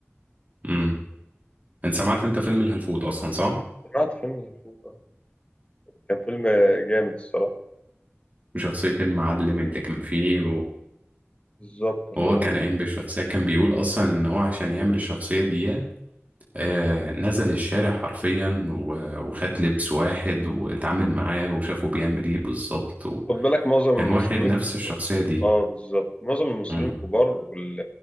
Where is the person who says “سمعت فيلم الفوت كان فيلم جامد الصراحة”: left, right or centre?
Left